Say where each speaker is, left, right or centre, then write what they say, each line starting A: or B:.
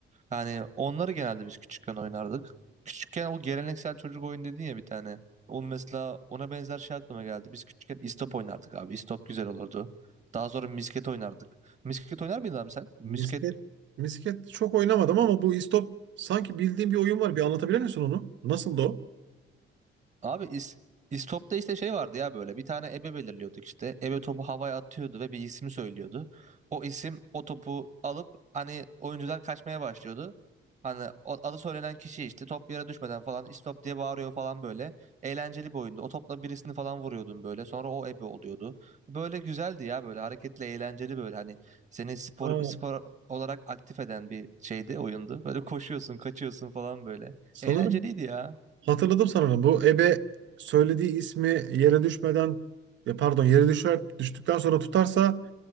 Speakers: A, on the right (about 35°); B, on the right (about 70°).
A: Yani onları genelde biz küçükken oynardık. Küçükken o geleneksel çocuk oyun dedin ya bir tane. Onu mesela ona benzer şey aklıma geldi. Biz küçükken istop oynardık abi. İstop güzel olurdu. Daha sonra misket oynardık. Misket oynar mıydın abi sen? Misket
B: Misket, misket çok oynamadım ama bu istop sanki bildiğim bir oyun var. Bir anlatabilir misin onu? Nasıldı o?
A: Abi is, İstop'ta işte şey vardı ya böyle bir tane ebe belirliyorduk işte. Ebe topu havaya atıyordu ve bir ismi söylüyordu. O isim o topu alıp hani oyuncular kaçmaya başlıyordu. Hani o- adı söylenen kişi işte top yere düşmeden falan istop diye bağırıyor falan böyle. Eğlenceli bir oyundu. O topla birisini falan vuruyordun böyle. Sonra o ebe oluyordu. Böyle güzeldi ya böyle hareketli eğlenceli böyle hani seni spor
B: Aa,
A: spor olarak aktif eden bir şeydi oyundu. Böyle koşuyorsun, kaçıyorsun falan böyle.
B: sanırım
A: Eğlenceliydi ya.
B: Hatırladım sanırım. Bu ebe söylediği ismi yere düşmeden ya pardon yere düşer, düştükten sonra tutarsa